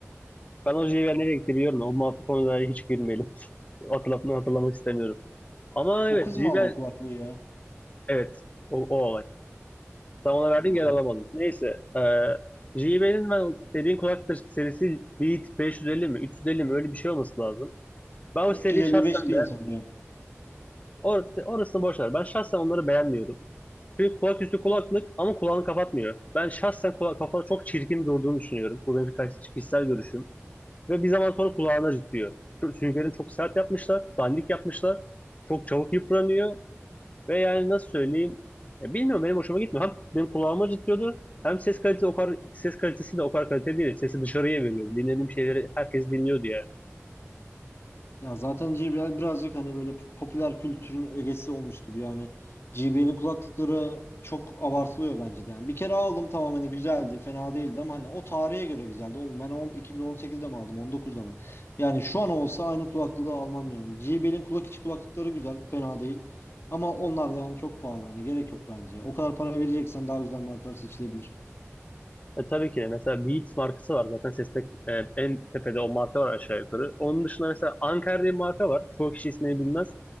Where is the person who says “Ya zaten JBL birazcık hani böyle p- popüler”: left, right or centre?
Left